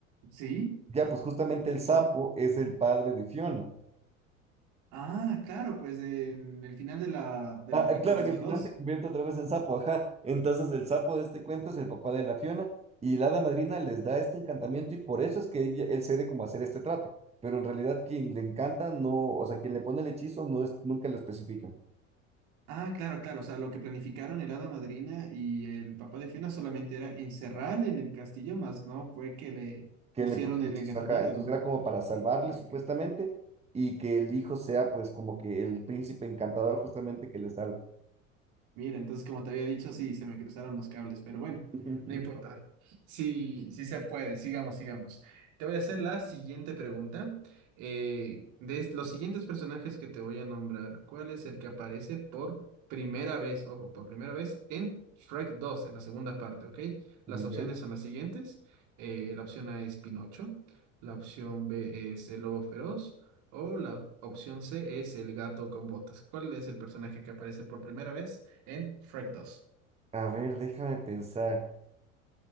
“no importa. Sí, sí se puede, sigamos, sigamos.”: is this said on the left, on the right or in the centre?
Right